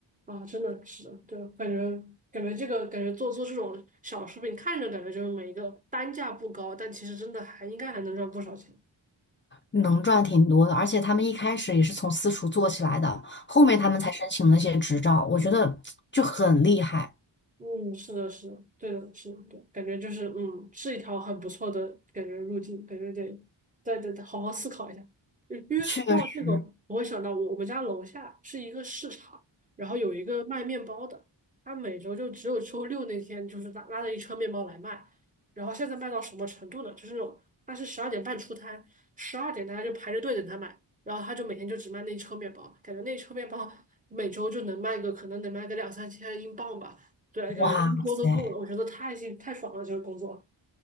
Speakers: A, on the right (about 15°); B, on the left (about 25°).
A: 啊，真的是的，对，感觉感觉这个感觉做做这种小食品，看着感觉就是每一个单价不高，但其实真的还应该还能赚不少钱。
B: 能赚挺多的，而且他们一开始也是从私厨做起来的，后面他们才申请了那些执照，我觉得就很厉害，
A: 嗯，是的，是的，对的，是的，对，感觉就是嗯，是一条很不错的感觉路径，感觉得再得好好思考一下。嗯因为说到这个，
B: 确实，
A: 我会想到我我们家楼下是一个市场，然后有一个卖面包的，他每周就只有周六那天就是拉拉着一车面包来卖，然后现在卖到什么程度呢？就是那种他是十二点半出摊，十二点大家就排着队等他买，然后他就每天就只卖那一车面包，感觉那一车面包每周就能卖个可能能卖个两三千英镑吧。对，
B: 哇塞。
A: 感觉就一周都够了，我觉得太幸太爽了，这个工作。